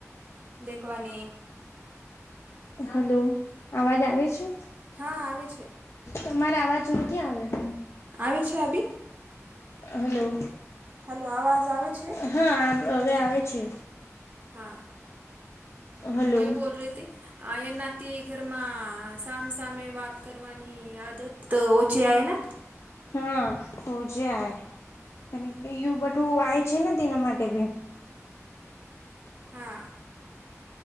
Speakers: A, on the right; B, on the left.
A: દેખવાની
B: હલો. અવાજ આવે છે
A: હા આવે છે
B: તમારે અવાજ નથી આવે મને
A: આવે છે અભી?
B: હલો
A: હલો અવાજ આવે છે
B: હા આ હવે આવે છે.
A: હા
B: હલો
A: તો મેં બોલ રહી તી એનાથી ઘરમાં સામસામે વાત કરવાની આદત ઓછી આવે ના
B: હા તોજ આ અને બધું આવેય છે ને તેના માટે ભી
A: હા.